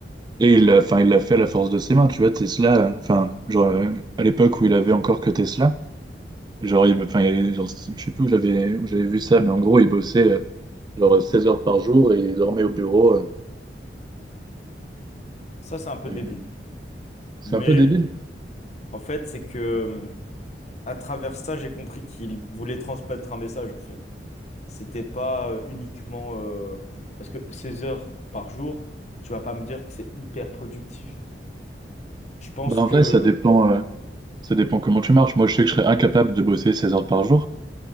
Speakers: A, on the right; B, on the left.
A: Et il, l'a- enfin, il l'a fait à la force de ses mains. Tu vois, Tesla, euh, enfin, genre, euh, à l'époque où il avait encore que Tesla, genre, il, enfin, il- genre, je sais plus où j'avais où j'avais vu ça, mais en gros, il bossait euh, genre 16 heures par jour et il dormait au bureau. euh,
B: Ça, c'est un peu
A: et-
B: débile.
A: c'est
B: Mais
A: un peu débile.
B: En fait, c'est que à travers ça, j'ai compris qu'il voulait transmettre un message, en fait. C'était pas euh, uniquement euh, parce que 16 heures par jour, tu vas pas me dire que c'est hyper productif. Je pense
A: Ben, en
B: que
A: vrai, ça dépend, euh, ça dépend comment tu marches. Moi, je sais que je serais incapable de bosser 16 heures par jour.